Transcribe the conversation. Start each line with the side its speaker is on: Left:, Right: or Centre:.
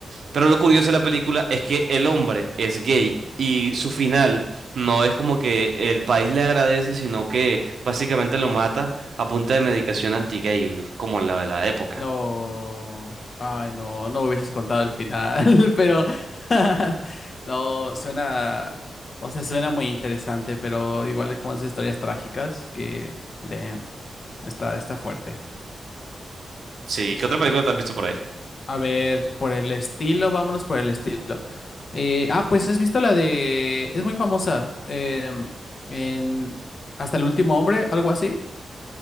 Right: Pero lo curioso de la película es que el hombre es gay y su final no es como que el país le agradece, sino que básicamente lo mata a punta de medicación anti-gay, como la de la época.
Left: No, ay, no, no me hubieses contado el final, <laughs> pero <laughs> no, suena, o sea, suena muy interesante, pero igual es como esas historias trágicas que, damn, está, está fuerte.
Right: Sí,
Left: Está-
Right: ¿qué otra película te has visto por ahí?
Left: A ver, por el estilo, vámonos por el estilo. Eh, ah, pues has visto la de, es muy famosa, em, en Hasta el último hombre, algo así.